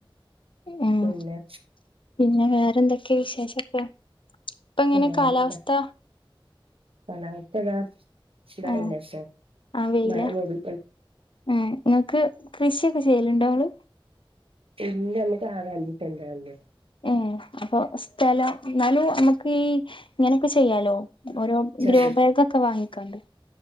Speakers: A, on the left; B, on the right.
A: ഉം
B: പിന്നെ
A: പിന്നെ വേറെന്തൊക്കെയ വിശേഷൊക്കെ ഇപ്പ എങ്ങനെ
B: വേറെന്താ
A: കാലാവസ്ഥ
B: കാലാവസ്ഥ താ <unintelligible>
A: ആഹ്
B: പോ
A: ആഹ് വെയിലാ
B: മഴ മുടി
A: ഏഹ് ഇങ്ങക്ക് കൃഷിയൊക്കെ ചെയ്യലുണ്ടോ നിങ്ങള്
B: ഇല്ല അമ്മക്ക് ആകെ അഞ്ച് സെൻ്റള്ളൂ
A: ഏഹ് അപ്പൊ സ്ഥലം ന്നാലും നമ്മുക്ക് ഈ ഇങ്ങനെക്കെ ചെയ്യാലോ ഓരോ
B: ചെർത്
A: ഗ്രോബാഗ്ഒക്കെ വാങ്ങിക്കാണ്ട്